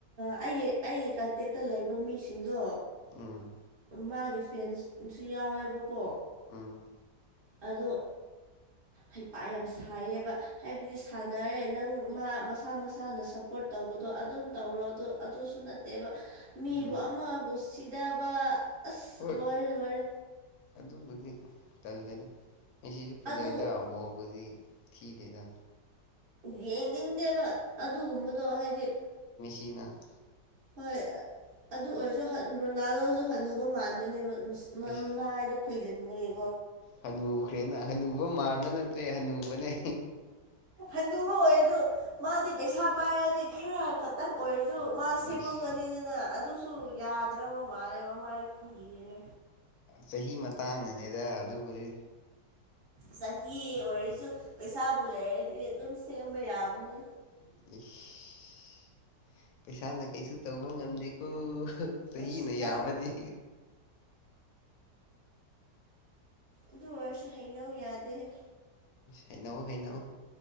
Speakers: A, on the right (about 40°); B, on the left (about 70°).
A: ꯑꯩꯒꯤ ꯑꯩꯒꯤ ꯀꯟꯇꯦꯛꯇ ꯂꯩꯕ ꯃꯤꯁꯤꯡꯗꯣ
B: ꯎꯝ
A: ꯃꯥꯒꯤ ꯐꯦꯟꯁꯨ ꯌꯥꯎꯋꯦꯕꯀꯣ
B: ꯎꯝ
A: ꯑꯗꯣ ꯍꯩꯄꯥ ꯌꯥꯝ ꯁꯥꯏꯌꯦꯕ ꯍꯥꯏꯕꯗꯤ ꯁꯥꯟꯅꯔꯦ ꯅꯪ ꯃꯥ ꯃꯁꯥ ꯃꯁꯥꯅ ꯁꯞꯄꯣꯔꯠ ꯇꯧꯕꯗꯣ ꯑꯗꯨꯝ ꯇꯧꯔꯣ ꯑ ꯑꯗꯨꯁꯨ ꯅꯠꯇꯦꯕ ꯃꯤꯕꯨ
B: ꯎꯝ
A: ꯑꯃꯕꯨ ꯁꯤꯗꯕ ꯑꯁ
B: ꯍꯣꯏ
A: ꯂꯣꯏꯔꯦ ꯂꯣꯏꯔꯦ
B: ꯑꯗꯨꯕꯨꯗꯤ ꯇꯜꯂꯦꯗ ꯉꯁꯤꯁꯨ ꯐꯖꯩꯗ
A: ꯑꯗꯨ
B: ꯕꯣꯜꯕꯨꯗꯤ ꯊꯤꯗꯦꯗ
A: ꯌꯦꯡꯅꯤꯡꯗꯦꯕ ꯑꯗꯨꯒꯨꯝꯕꯗꯣ ꯍꯥꯏꯗꯤ
B: ꯆꯅ <inaudible>
A: ꯍꯣꯏ ꯑꯗꯨ ꯑꯣꯏꯔꯁꯨ ꯔꯣꯅꯥꯜꯗꯣꯁꯨ ꯍꯅꯨꯕ ꯃꯥꯟꯕꯅꯦꯕ
B: ꯏꯁ
A: ꯃꯥꯏꯗ ꯈꯣꯏꯖꯤꯟꯕꯒꯤ
B: ꯍꯅꯨꯈ꯭ꯔꯦꯅ ꯍꯅꯨꯕ ꯃꯥꯟꯕ ꯅꯠꯇ꯭ꯔꯦ ꯍꯅꯨꯕꯅꯦ
A: ꯍꯅꯨꯕ ꯑꯣꯏꯔꯁꯨ ꯃꯥꯗꯤ ꯄꯩꯁꯥ ꯄꯥꯏꯔꯗꯤ ꯈꯔ ꯈꯛꯇꯪ ꯑꯣꯏꯔꯁꯨ ꯃꯥ ꯁꯦꯝꯃꯝꯒꯅꯤꯗꯅ
B: ꯏꯁ
A: ꯑꯗꯨꯁꯨ ꯌꯥꯗ꯭ꯔꯕ ꯃꯥꯜꯂꯦ ꯃꯃꯥꯏꯗ ꯈꯨꯍꯤꯔꯦ
B: ꯆꯍꯤ ꯃꯇꯥꯡꯗꯅꯅꯦꯗ ꯑꯗꯨꯕꯨꯗꯤ
A: ꯆꯍꯤ ꯑꯣꯏꯔꯁꯨ ꯄꯩꯁꯥꯕꯨ ꯂꯩꯔꯗꯤ ꯑꯗꯨꯝ ꯁꯦꯝꯕ ꯌꯥꯕꯅꯦ
B: ꯎ <inaudible> ꯄꯩꯁꯥꯅ ꯀꯩꯁꯨ ꯇꯧꯕ ꯉꯝꯗꯦꯀꯣ ꯆꯍꯤꯅ
A: ꯑꯁ
B: ꯌꯥꯝꯃꯗꯤ
A: ꯅꯪ ꯑꯗꯨ ꯑꯣꯏꯔꯁꯨ ꯍꯩꯅꯧ ꯌꯥꯗꯦꯅꯦ
B: ꯍꯩꯅꯧ ꯍꯩꯅꯧ